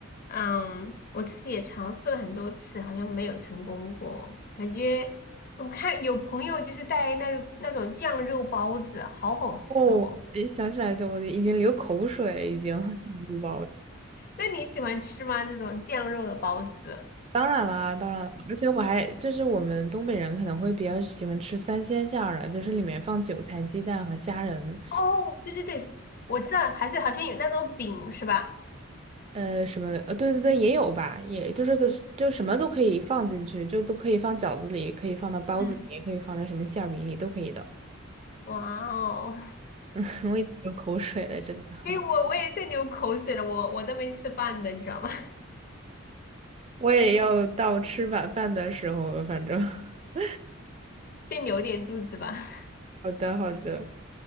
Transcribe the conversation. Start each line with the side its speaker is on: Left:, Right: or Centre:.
Left: 嗯，我自己也尝试了很多次，好像没有成功过。感觉我看有朋友就是带那那种酱肉包子，好好吃哦。
Right: 哦，一想起来就我就已经流口水了，已经想不饱了。
Left: 那你喜欢吃吗？这种酱肉的包子？
Right: 当然啦，当然了，而且我还就是我们东北人可能会比较喜欢吃三鲜馅儿的，就是里面放韭菜、鸡蛋和虾仁，
Left: 哦，对对对，我知道，还是好像有那种饼是吧？
Right: 呃，什么，呃，对对对，也有吧，也就是个就什么都可以放进去，就都可以放饺子里，可以放到包子里，
Left: 嗯，
Right: 也可以放在什么馅儿饼里，都可以的。
Left: 哇哦，
Right: <laughs> 我已经流口水了，真的。
Left: 所以我我也在流口水了，我我都没吃饭的，你知道吗？
Right: 我也要到吃晚饭的时候了，反正。<laughs>
Left: <laughs> 先留点肚子吧。
Right: 好的，好的，